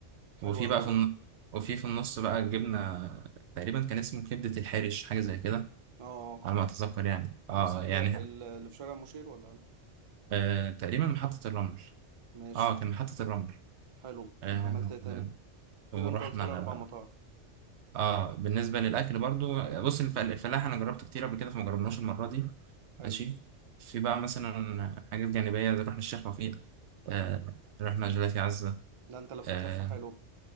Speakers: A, on the right; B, on the right.
A: حلو
B: وفي
A: قوي
B: بقى في
A: ده
B: الن... وفي في النص بقى جبنا تقريبا كان اسمه كبدة الحرش حاجة زي كده
A: اه آه.
B: على ما أتذكر يعني اه
A: الاسترجاع
B: يعني
A: ال- اللي في شارع مشير ولا أنا؟
B: آه تقريبا محطة الرمل
A: ماشي
B: اه كان محطة الرمل
A: حلو
B: آه،
A: وعملت ايه تاني
B: ورحنا
A: كده انت قلت لي
B: على
A: اربع مطاعم
B: اه بالنسبه للاكل برضو بص الف- الفلاح انا جربته كتير قبل كده فما جربناش المره دي
A: حلو
B: ماشي في بقى مثلا حاجات جانبيه زي رحنا الشيخ وفيق آه
A: امم
B: رحنا جيلاتي عزه
A: ده انت لفيت
B: آه
A: لفه حلو